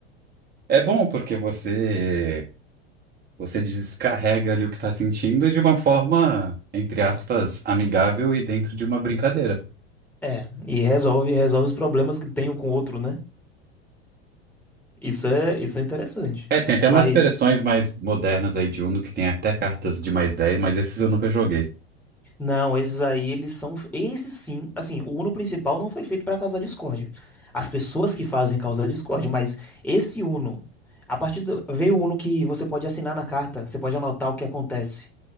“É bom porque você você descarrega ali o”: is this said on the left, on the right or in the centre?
Right